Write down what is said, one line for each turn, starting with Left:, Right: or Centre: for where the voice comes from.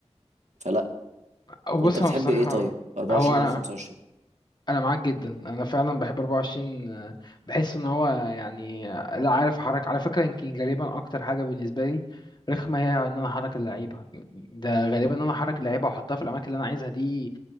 Right: فلا
Left: أو بص
Right: انت بتحب
Left: هو بصراحة
Right: ايه طيب 24
Left: هو انا
Right: ولا 25
Left: انا معاك جدا انا فعلا بحب 24 آه، بحس ان هو يعني آه، لا عارف احرك على فكره يمكن غالبا اكتر حاجه بالنسبه لي رخمه هي ان انا احرك اللعيبه ده غالبا ان انا احرك اللعيبه واحطها في الاماكن اللي انا عايزها دي